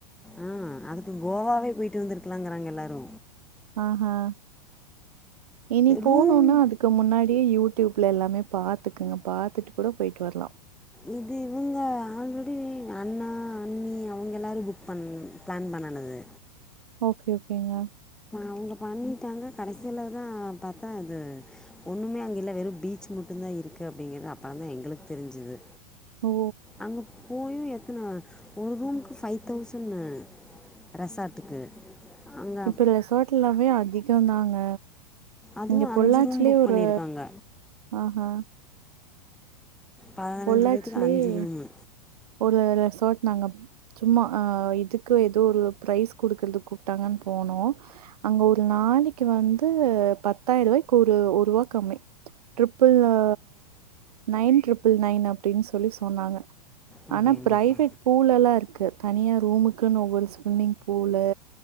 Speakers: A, in the centre; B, on the right (about 65°).
A: ஆ அதுக்கு கோவாவே போய்டு வந்துருக்கிலாங்கறாங்க எல்லாரு
B: ஆஹா இனி போனுனா
A: ரூம்
B: அதுக் கு முன்னாடியே யூடியூப்ல எல்லாமே பாத்துகுங்க பாத்துட்டு கூட போய்ட்டு வர்லா
A: இது இவங்க ஆல்ரெடி அண்ணா அண்ணி நீ அவுங்க எல்லாரு புக் பண் பிளான் பண்ணனது
B: ஓகே ஓகேங்க
A: அவுங்க பண்ணிடாங்க கடைசிலதா பாத்தா அது ஒண்ணுமே அங்க இல்ல வெறும் பீச் மட்டுந்தா இருக்கு அப்பிடிங்கிறா அப்ப அதா எங்களுக்கு தெரிஞ்சுது
B: ஓ
A: அங்க போயு எத்தன ஒரு ரூமுக்கு ஃபைவ் தௌசண்ணு ரெஷாட்டுக்கு அங்க
B: இந்த ரெஷாட் எல்லாமே அதிகோதாங்க
A: அதுவும்
B: இங்க பொள்ளாச்சிலே
A: அஞ்சு ரூம் புக்
B: ஒரு
A: பண்ணியிருக்காங்க
B: ஆஹா
A: பதனஞ்சு
B: பொள்ளாச்சிலயே
A: பேத்துக்கு அஞ்சு ரூமு
B: ஒரு ரெஷார்ட் நாங்க சும்மா அ இதுக்கு ஏதோ ஒரு ப்ரைஸ் குடுக்கற்துகு தங்க போனோ அங்க ஒரு நாளிக் க்கி வந்து பத்தாய்ர்வாய்கு ஒரு ஒரூவா கம்மி ட்ரிப்புள் அ நைன் ட்ரிப்புள் நைன் அப்டின் சொல்லி சொன்னாங்க
A: அப்படிங்கப்பா
B: ஆனா ப்ரைவேட் பூலெல்லா இருக்கு தனியா ரூமுக்குன்னு ஒவ்வொரு ஸ்விம்மிங் பூலு